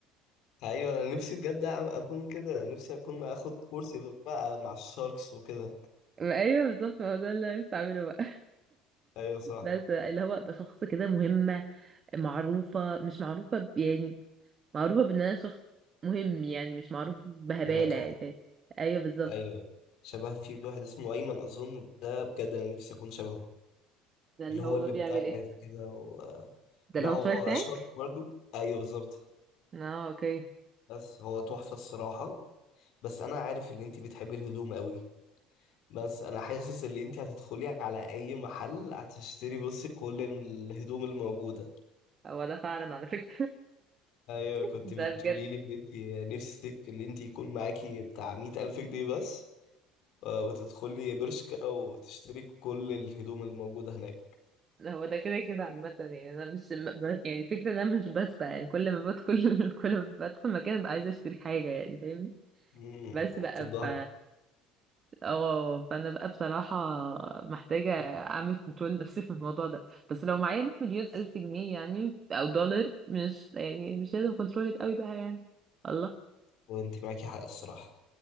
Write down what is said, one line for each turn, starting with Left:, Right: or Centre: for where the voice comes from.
Left: ايوه انا نفسي بجد اكون كده نفسي اكون اخد كورسي بقى مع الشاركس وكده
Right: <laughs> ايوه بالظبط ما هو ده اللي أنا نفسي اعمله بقى <laughs>
Left: ايوه صح
Right: بس اللي هو ابقى شخص كده مهمة معروفة مش معروفة ب- يعني معروفة بان انا شخص مهم يعني مش معروف بهبالة
Left: وناجحه
Right: يعني فاهم ايوه بالظبط
Left: ايوه شبه في واحد اسمه ايمن اظن ده بجد انا نفسي اكون شبهه
Right: ده اللي
Left: اللي هو
Right: هو
Left: اللي
Right: بيعمل
Left: بتاع
Right: ايه
Left: نت كده و...
Right: ده
Left: لا
Right: اللي
Left: هو
Right: هو في شارك تانك
Left: شارك برضه ايوه بالظبط
Right: اه اوكي
Left: بس هو تحفه الصراحه بس انا عارف ان انت بتحبي الهدوم قوي بس انا حاسس ان انت هتدخلي على اي محل هتشتري بصي كل الهدوم الموجوده
Right: هو ده فعلا على فكرة
Left: ايوه
Right: <laughs>
Left: كنت
Right: ده
Left: بتقولي
Right: بجد
Left: لي ان انت نفسك ان انت يكون معاكي بتاع مئة الف جنيه بس آه، وتدخلي برشكا وتشتري كل الهدوم الموجوده هناك
Right: هو ده كده كده عامة يعني أنا مش ب- يعني الفكرة إن أنا مش بسبق يعني كل ما بدخل <laughs> كل ما بدخل مكان ببقى عايزة أشتري حاجة يعني فاهمني
Left: امم
Right: بس بقى
Left: وبتتبهدلي
Right: ف اه فأنا بقى بصراحة محتاجة أعمل كنترول نفسي في الموضوع ده بس لو معايا 100 مليون ألف جنيه يعني أو دولار مش يعني مش لازم كنترول قوي بقى يعني الله
Left: وانت معاكي حق الصراحه